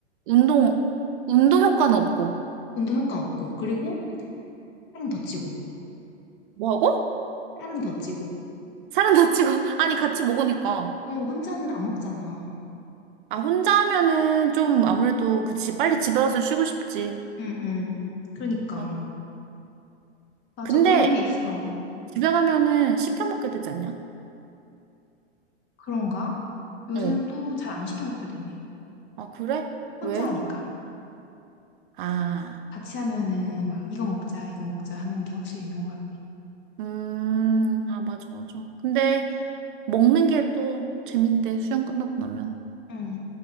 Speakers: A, on the right; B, on the left.
A: 운동, 운동 효과는 없고.
B: 운동 효과 없고, 그리고 살은 더 찌고,
A: 뭐하고?
B: 살은 더 찌고.
A: 사람 다치고. <laughs> 아니, 같이 먹으니까.
B: 어, 혼자는 안 먹잖아.
A: 아, 혼자 하면은 좀 아무래도 그치. 빨리 집에 와서 쉬고 싶지.
B: 응, 응. 그러니까.
A: 어.
B: 맞아,
A: 근데
B: 그런 게 있어.
A: 집에 가면은 시켜 먹게 되지 않냐?
B: 그런가? 요새는
A: 어.
B: 또 잘 안 시켜 먹게 되네.
A: 아, 그래?
B: 혼자
A: 왜?
B: 하니까.
A: 아.
B: 같이 하면은 막 이거 먹자, 이거 먹자 하는 게 확실히 있는 것 같아.
A: 음, 아, 맞아, 맞아. 근데 먹는 게 또 재밌는데,
B: 음.
A: 수영 끝나고 나면.
B: 응.